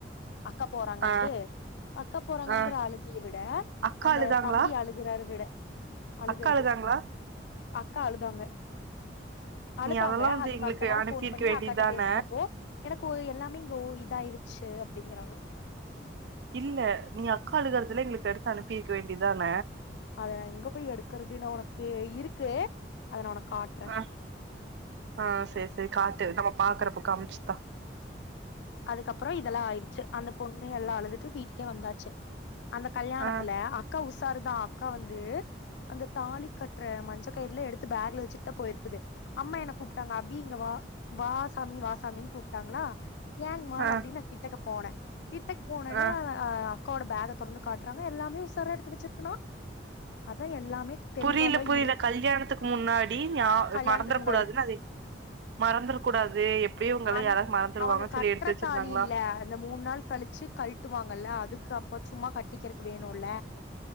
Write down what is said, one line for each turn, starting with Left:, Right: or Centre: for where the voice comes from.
Left: அக்கா போறாங்கன்ட்டு
Right: ஆ
Left: அக்கா போறாங்கங்கிற
Right: ஆ
Left: அழுகைய விட
Right: அக்கா
Left: அந்த
Right: அழுதாங்களா
Left: தம்பி ஆழு கிறாரு விட அழுகறது
Right: அக்கா அழுதாங்களா
Left: அக்கா அழுதாங்க அழுதாங்க
Right: நீ அதெல்லா வந்து
Left: அதுக்கு
Right: எங்களுக்கு
Left: அடுத்த நாள்
Right: அனுப்பியிருக்க
Left: ஃபோன் பண்ணி
Right: வேண்டியதான
Left: அக்காட்ட பேசினப்போ எனக்கு எல்லாமே இங்க ஒ இதாயிருச்சு அப்டிங்கிறாங்க
Right: இல்ல நீ அக்கா அழுத எடத்துலயே எங்களுக்கு எடுத்து அனுப்பிருக்க வேண்டிதான
Left: அத நா எங்க போய் எடுக்கறதுன்னு ஒனக்கு இருக்கு அத நா ஒனக்கு காட்
Right: ஆ ஆ சேரி சேரி காட்டு நம்ம பாக்குறப்போ காமிச்சுதா
Left: அதுக்கப்புற இதெல்லா ஆயிடுச்சு அந்த பொண்ணு எல்லா அழுதுட்டு வீட்டுக்கே வந்தாச்சு அந்த கல்யாணத்துல
Right: ஆ
Left: அக்கா உசருதா அக்கா வந்து அந்த தாலி கட்ற மஞ்ச கயிறலே எடுத்து பேக்ல வச்சுட்டு தா போயிருக்குது அம்மா என்ன கூப்ட்டாங்க அபி இங்க வா வா சாமி வா சாமின்னு கூப் டாங்களா ஏனுங்மா
Right: ஆ
Left: அப்படின்னு நான் கிட்டக்க போனே கிட்ட போனோனே
Right: ஆ
Left: அக்காவோட பேக தொறந்து காட்டுறாங்க எல்லாமே உசார எடுத்து வச்சிருக்கனா அத எல்லாமே தெளிவாதான்
Right: புரில புரில
Left: இருக்கு
Right: கல்யாணத்துக்கு முன்னாடி ஞா
Left: கல்யாணத்துக்கு
Right: மறந்துட
Left: முன்னாடி
Right: கூடாதுன்னு அது மறந்துற கூடாது எப்டியு இவங்கள
Left: அன்
Right: யாராவது மறந்துருவாங்கன்னு
Left: அவங்க கற்றத்தாலி
Right: சொல்லி எடுத்து வச்சிருந்தாங்களா
Left: இல்ல அந்த மூணு நாள் கழிச்சு கழட்டுவாங்கல்ல அதுக்கு அப்ப சும்மா கட்டிக்கிறக்கு வேணுல